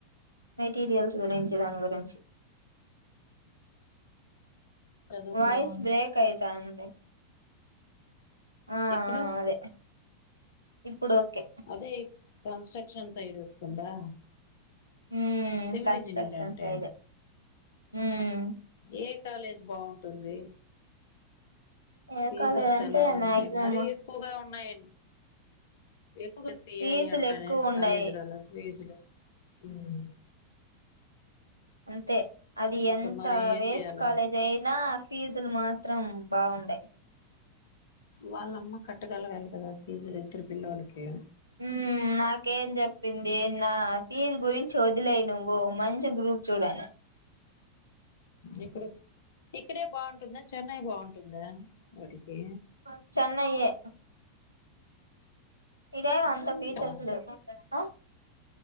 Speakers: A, on the right; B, on the left.
A: మెటీరియల్స్ గురించి దాని గురించి
B: చదువుకోవాలి
A: వయిస్ బ్రేకయితంది ఆ
B: ఇప్పుడు
A: ఆ అదే ఇప్పుడోకే
B: అదే ఇప్ కన్స్ట్రక్షన్ సైడ్ వస్తుందా
A: ఉమ్
B: సివిల్
A: కన్స్ట్రక్షన్
B: ఇంజినీర్ంటే
A: సైడే ఉమ్
B: ఏ కాలేజ్ బాగుంటుంది
A: ఏ
B: టీచర్స్
A: కాలేజ్ అంటే
B: ఎలా ఉన్నయి
A: మాక్సిమం
B: మరి క్కువగా ఉన్నాయం ఎక్కువగా సిఐ
A: ఫీజులు
B: అంటానే
A: ఎక్కువ ఉండయి
B: కాలేజీలోలు ఫీజులు ఉమ్
A: అంతే అది
B: ఇంకా
A: ఎంత
B: మరి ఏం
A: వేస్ట్
B: చెయాలా
A: కాలేజ్ అయినా ఫీజులు మాత్రం బాగుండయి
B: వాళ్ళమ్మ కట్టగలగాలి కదా ఫీజులు ఇద్దరు పిల్లలకి
A: ఉమ్ నాకేం చెప్పింది నా ఫీజ్ గురించి వదిలేయి నువ్వు మంచి గ్రూప్చూడని
B: ఇప్పుడు ఇక్కడే బాగుంటుందా చెన్నై బాగుంటుందా వాటికి
A: ఆ చెన్నై ఏ ఇదేం అంత ఫీచర్స్లులెవ్
B: ఆ
A: ఆ